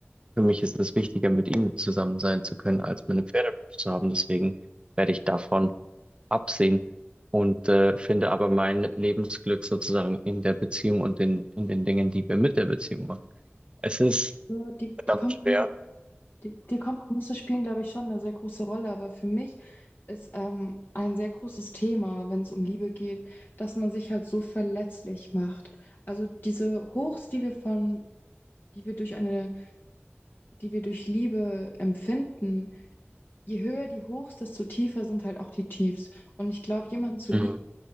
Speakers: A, on the right (about 25°); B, on the left (about 50°).
A: für mich ist es wichtiger, mit ihm zusammen sein zu können, als meine Pferderanch zu haben, deswegen werde ich davon absehen und äh, finde aber mein Lebensglück sozusagen in der Beziehung und in, in den Dingen, die wir mit der Beziehung machen. Es ist
B: so die,
A: verdammt
B: die, Komprom-
A: schwer.
B: die, die Kompromisse spielen, glaube ich, schon eine sehr große Rolle. Aber für mich ist ähm, ein sehr großes Thema, wenn es um Liebe geht, dass man sich halt so verletzlich macht. Also diese Hochs, die wir von, die wir durch eine, die wir durch Liebe empfinden, je höher die Hochs, desto tiefer sind halt auch die Tiefs. Und ich glaube, jemanden zu
A: Mhm.
B: lieben